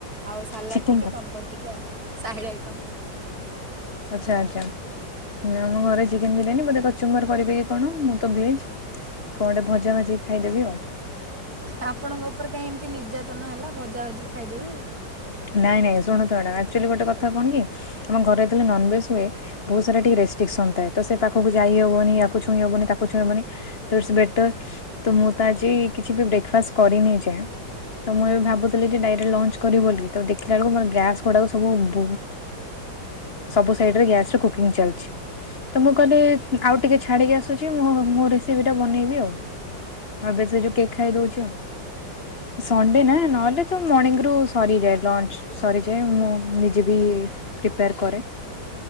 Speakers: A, on the right; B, on the left.
A: ଆଉ ସାଲାଡ଼
B: ଚିକେନ
A: ଟିକେ,
B: ଭାତ
A: ପାମ୍ପଡ଼ ଟିକେ ଆଉ ସାହିଡ଼୍ ଆଇଟମ୍।
B: ଆଚ୍ଛା ଆଛା ନା ଆମ ଘରେ ଚିକେନ୍ ବିରିୟାନୀ ମତେ ଚୁମର୍ କରିବେକି କଣ ମୁଁତ ଭେଜ୍ କଣ ଭଜା ଭାଜି ଖାଇଦେବି ଆଉ।
A: ଆପଣଙ୍କ ଉପରେ କାହିଁ, ଏମତି ନିର୍ଯାତନା ହେଲା ଭଜା ଭାଜି ଖାଇଦେବେ।
B: ନାଇଁ ନାଇଁ ଶୁଣନ୍ତୁ ମ୍ୟାଡ଼ାମ ଆକ୍ଚୁଆଲି ଗୋଟେ କଥା କଣ କି ଆମ ଘରେ ଯେତେବେଳେ ନନଭେଜ ହୁଏ ବହୁତ୍ ସାରା ଟିକେ ଷ୍ଟିକ୍ସନ୍ ଥାଏ ତସେ ପାଖକୁ ଯାଇହବନି ୟାକୁଛଇଁବନି, ତାକୁଛଇଁବନି। ତ ସେ ବେଟର୍ ତମୁଁତ ଆଜି କିଛି ବି ବ୍ରେଫାଷ୍ଟ କରିନି ଏଯାଏ ତମୁଁ ଏବେ ଭାବୁଥିଲି ଯେ, ଡାଇରେକ୍ଟ ଲଞ୍ଚ କରିବ ବୋଲି ତଦେ ଦେଖିଲା ବେଳକୁ ଗ୍ୟାସ ଗୁଡ଼ାକ ସବୁ ବ ଉ ସାଇଡ଼ରେ ଗ୍ୟାସ କିଂ ଚାଲିଚି ତମୁଁ କହିଲି ଆଉ ଟିକିଏ ଛାଡ଼ିକି ଆସୁଚି ମୁଁ ମୋ ରେସିପିଟା ବନେଇବି ଆଉ। ଏବେ ସେଯୋଉ କେକ୍ ଖାଇ ଦଉଚି ଆଉ ସଣ୍ଡେନା ନହେଲେ ମର୍ଣିଙ୍ଗରୁ ସରିଯାଏ ଲଞ୍ଚ ସରିଯାଏ ମୁଁ ନିଜେବି ପ୍ରିପାର କରେ।